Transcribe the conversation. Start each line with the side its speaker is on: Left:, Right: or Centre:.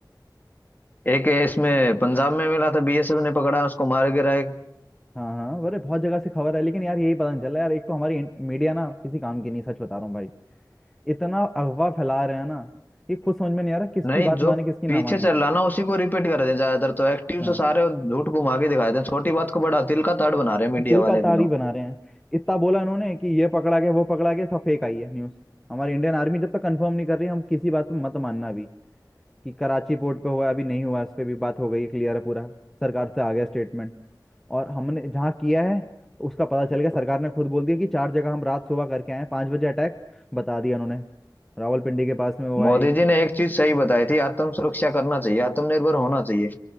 Left: एक इसमें पंजाब में मिला था बीएसएफ ने पकड़ा उसको मार गिरा
Centre: हाँ हाँ अरे बहुत जगह से खबर है लेकिन यार यही पता नहीं चला यार एक तो हमारी मीडिया ना किसी काम की नहीं सच बता रहा हूँ भाई इतना अफवाह फैला रहे हैं ना ये खुद समझ में नहीं आ रहा किसकी
Left: नहीं
Centre: बात
Left: जो
Centre: माने किसकी
Left: पीछे
Centre: ना माने
Left: चल रहा ना उसी को रिपीट कर दें ज्यादातर तो एक्टिव
Centre: हाँ
Left: से सारे झूठ घुमा के दिखाए दें छोटी बात को बड़ा तिल का ताड़ बना रहे हैं मीडिया
Centre: तिल
Left: वाले
Centre: का
Left: अभी
Centre: तारी
Left: तो
Centre: बना रहे हैं इतना बोला इन्होंने कि ये पकड़ा गया वो पकड़ा गया सब फेक आई है न्यूज हमारी इंडियन आर्मी जब तक कंफर्म नहीं कर रही हम किसी बात पे मत मानना अभी कि कराची पोर्ट पे हुआ है, अभी नहीं हुआ है, उस पर भी बात हो गई है क्लियर है पूरा सरकार से आ गया स्टेटमेंट और हमने जहाँ किया है उसका पता चल गया सरकार ने खुद बोल दिया कि चार जगह हम रात सुबह करके आए हैं, पाँच बजे अटैक बता दिया उन्होंने रावलपिंडी के पास में हुआ
Left: मोदी
Centre: है एक
Left: जी ने एक चीज सही बताई थी आत्म सुरक्षा करना चाहिए आत्मनिर्भर होना चाहिए